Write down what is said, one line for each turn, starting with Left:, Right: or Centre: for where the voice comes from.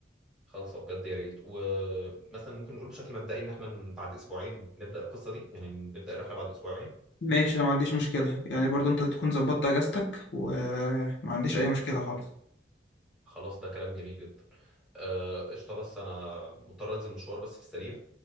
Centre: خالصه بجد يا ريت ومثلا ممكن نقول بشكل مبدئي ان احنا ن- بعد اسبوعين نبدا القصه دي يعني نبدا الرحله بعد اسبوعين
Left: ماشي انا ما عنديش مشكله يعني برضو انت تكون ظبطت اجازتك وما عنديش اي مشكله خالص
Centre: خلاص ده كلام جميل جدا آه، قشطه بس انا مضطر انزل مشوار بس في السريع